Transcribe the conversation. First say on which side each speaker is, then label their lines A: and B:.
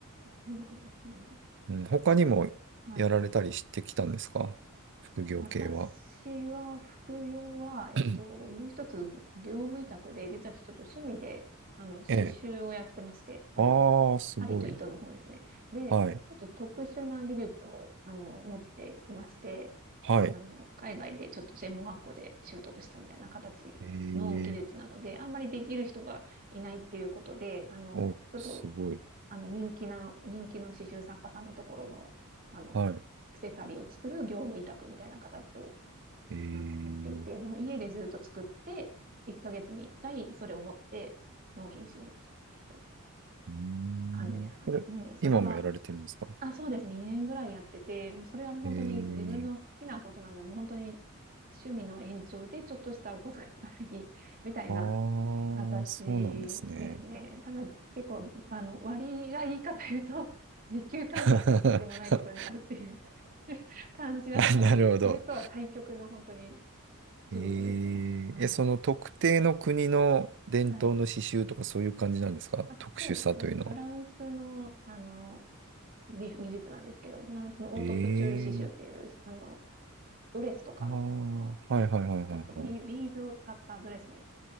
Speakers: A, on the right; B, on the right.
A: そうなんですね。
B: うん、他にもやられたりしてきたんですか副業系は。
A: なんかはい。私は、副業は、えっと、
B: <clears throat>
A: もう一つ、業務委託で、実はちょっと趣味で、あの、刺繍をやってまして、
B: ええ。
A: あの、
B: ああ、すごい。
A: 針と糸の方ですね。で、
B: はい。
A: ちょっと特殊な技術を、あの、持っていまして、
B: はい。
A: あの、海外でちょっと専門学校で習得したみたいな形の技術なので、
B: ええ
A: あんまりできる人がいないっていうことで、あの、
B: お、
A: ちょっと
B: すごい。
A: あの、人気な、人気の刺繍作家さんのところの、あの、
B: はい。
A: アクセサリーを作る業務委託みたいな形を、
B: ええ
A: あの、やっていて、もう家でずっと作って、1ヶ月に1回それを持って納品しに行くっていう
B: うーん。
A: 感じですかね。
B: これ、
A: うん、それは、
B: 今もやられてるんですか
A: あ、そうですね、2年ぐらいやってて、もうそれは本当に自分の好きなことなので、
B: ええ
A: もう本当に趣味の延長でちょっとしたお小遣いがあり、みたいな
B: ああー、
A: 形
B: そうなんですね。
A: ですね。ただ、結構、あの、割がいいかというと、<laughs> 時給換算したらとんでもないことになるっていう
B: <laughs> あ、
A: <laughs> 感じだったので、
B: なるほど。
A: これとは対極の本当に仕事ですね。
B: えええ、
A: はい。
B: その特定の国の伝統の刺繍とかそういう感じなんですか特殊さというのは。
A: はい。あ、そうですね。フ、フランスの、あの、美、美術なんですけど、フランスのオートクチュール刺繍っていう、
B: ええ
A: あの、ドレスとかの、
B: ああ、はいはいはいはいはい。
A: あの、ちょっとビ、ビーズを使ったドレスに